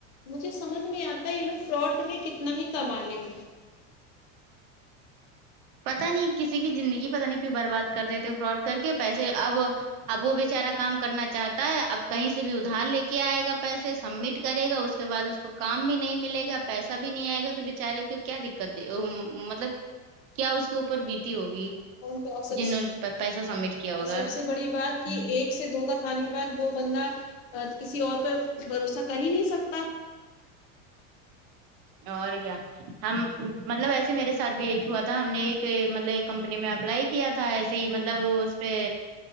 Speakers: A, on the left; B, on the right.
A: مجھے سمجھ میں نہیں آتا یہ لوگ فراڈ کر کے کتنا ہی کما لیں گے
B: پتا نہیں کسی کی زندگی پتہ نہیں کیوں برباد کر دیتے فراڈ کر کے پیسے اب اب وہ بیےچارا کام کرنا چاہتا ہے اب کہیں سے بھی ادھار لے کے آئے گا پیسے سبمٹ کرے گا اس کو اس کے بعد اس کو کام بھی نہیں ملے گا پیسہ بھی نہیں آئے گا تو بچارے کو کیا دقت مطلب کیا اس کے اوپر بیتی ہوگی
A: کون سا سبس
B: جنہوں نے پیسہ سبمٹ کیا
A: اور
B: ہوگا
A: سب سے بڑی بات
B: ہوں
A: کہ ایک سے دھوکا کھانے کے بعد وہ بندہ کسی اور پہ بھروسہ کر ہی نہیں سکتا
B: اور کیا ہم مطلب ویسے میرے ساتھ بھی ایک ہوا تھا ہم نے ایک مطلب کمپنی میں اپلائی کیا تھا ایسے ہی مطلب وہ اس پہ